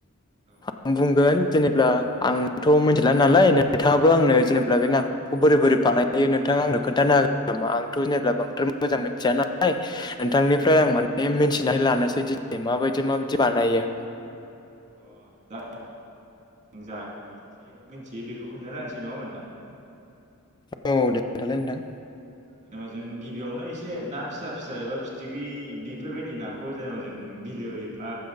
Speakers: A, on the right; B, on the left.
A: औ नोंथां
B: आं बुंगोन जेनेब्ला आंथ' मिथिला नालाय नोंथाङाबो आंनो जेनेबा बे नाखौ बोरै बोरै बानाय हायो नोंथां आंनो खोनथानो हाग ना आंथ' जेब्ला बांद्राय मोजां मिथिया नालाय नोंथांनिफ्राय आं माने मिन्थिनानै लानोसै दिनै माबायदि माबायदि बानायो?
A: अ जा जा खिनि एसे मिथियो बेखौ खोन्था नाहोनोसै नङा होमबा नोंथां।
B: औ औ दे खोनथालाय नोंथां।
A: जेनेबा जों गिबियावनो एसे ना फिसा फिसा एबा फिथिख्रि बेफोरबायदि नाखौ जेनेबा जों बिलो एफा